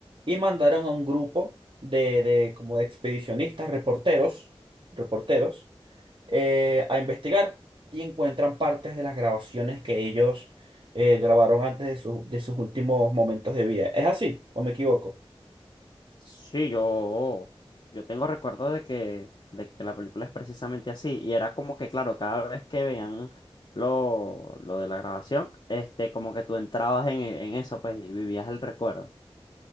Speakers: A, on the right; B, on the left.
A: Y mandaron a un grupo de, de como de expedicionistas, reporteros, reporteros, eh, a investigar y encuentran partes de las grabaciones que ellos eh, grabaron antes de, su- de sus últimos momentos de vida. ¿Es así o me equivoco?
B: sí, yo, yo tengo recuerdo de que, de que la película es precisamente así. Y era como que, claro, cada vez que veían lo, lo de la grabación, este, como que tú entrabas en, en eso, pues, y vivías el recuerdo.